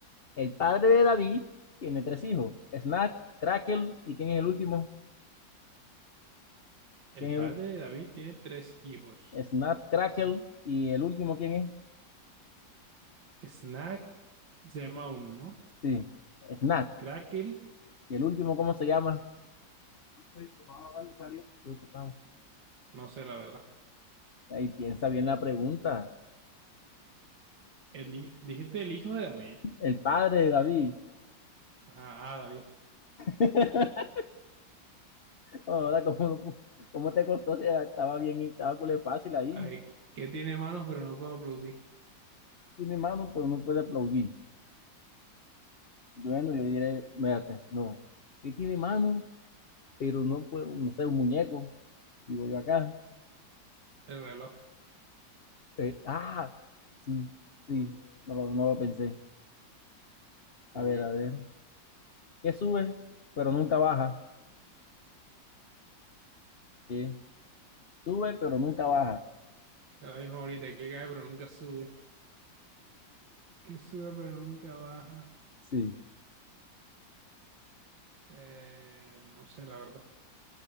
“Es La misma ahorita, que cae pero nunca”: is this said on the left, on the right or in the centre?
Right